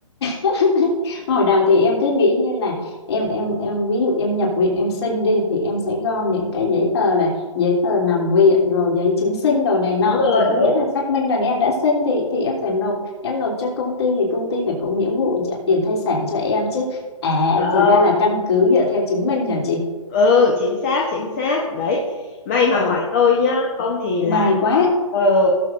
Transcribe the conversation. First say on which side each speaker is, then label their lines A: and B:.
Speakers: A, on the left; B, on the left.
A: <laughs> Hồi đầu thì em cứ nghĩ như là em em em ví dụ em nhập viện em sinh đi thì em sẽ gom những cái giấy tờ là giấy tờ nằm viện rồi giấy chứng sinh đồ này nọ
B: đúng rồi
A: thì có nghĩa
B: đúng
A: là xác minh rằng em đã sinh thì thì em phải nộp em nộp cho công ty thì công ty phải có nghĩa vụ trả tiền thai sản cho em chứ à
B: không
A: thì ra là căn cứ dựa theo chứng minh hả chị
B: ừ chính xác chính xác đấy may mà
A: ok
B: hỏi tôi nhá không thì
A: may
B: là
A: quá
B: lại ờ